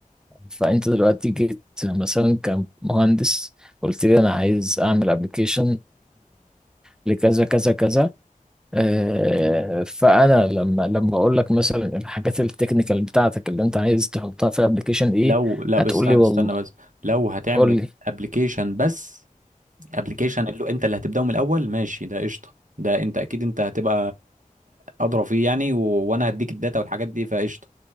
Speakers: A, in the centre; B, on the right (about 60°).
A: فانت دلوقتي جيت مثلا كمهندس قلت لي انا عايز اعمل ابلكيشن لكذا كذا كذا آه، فانا لما لما اقول لك مثلا الحاجات التكنيكال بتاعتك اللي انت عايز تحطها في الابلكيشن ايه
B: لو لا
A: هتقول
B: بس استنى,
A: لي والله
B: استنى بس لو هتعمل
A: قول
B: ابلكيشن بس ابلكيشن اللي انت اللي هتبداه من الاول ماشي ده قشطه ده انت اكيد انت هتبقى ادرى فيه يعني و... وانا هديك الداتا والحاجات دي فقشطه